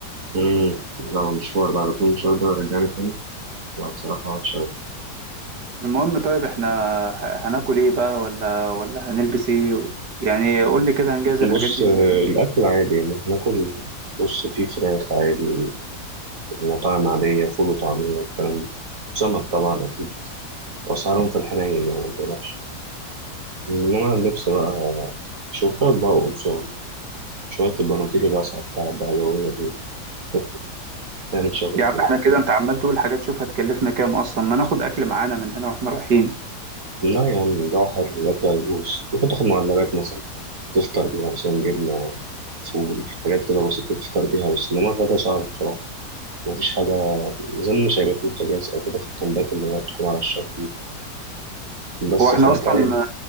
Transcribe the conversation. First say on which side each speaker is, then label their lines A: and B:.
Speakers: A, on the right; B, on the right.
A: امم لو مشوار بعد كل مشوار ده ورجعني تاني لا بصراحة وحشة أوي.
B: المهم طيب احنا ه- هناكل ايه بقى ولا ولا هنلبس ايه و... يعني قول لي كده هنجهز الحاجات
A: بص
B: دي
A: آه،
B: ازاي
A: الأكل عادي يعني ناكل بص في فراخ عادي ومطاعم عادية فول وطعمية والكلام ده سمك طبعا أكيد وأسعارهم في الحنين يعني متقلقش إنما اللبس بقى شورتات بقى وقمصان شوية البناطيل الواسعة بتاع الدهبوية دول <laughs> تعمل شغل
B: يا عم
A: هناك
B: احنا كده انت عمال تقول حاجات شوف هتكلفنا كام اصلا ما ناخد اكل معانا من هنا واحنا رايحين
A: لا يا عم ده حر الأكل هيبوظ ممكن تاخد معلبات مثلا تفطر بيها مثلا جبنة فول حاجات كده بسيطة تفطر بيها بس إنما الغدا صعب بصراحة مفيش حاجة زي مش هيبقى فيه بوتاجاز أو كده في الكامبات اللي هي بتكون على الشط دي بس
B: هو احنا
A: فأنت
B: اصلا
A: عادي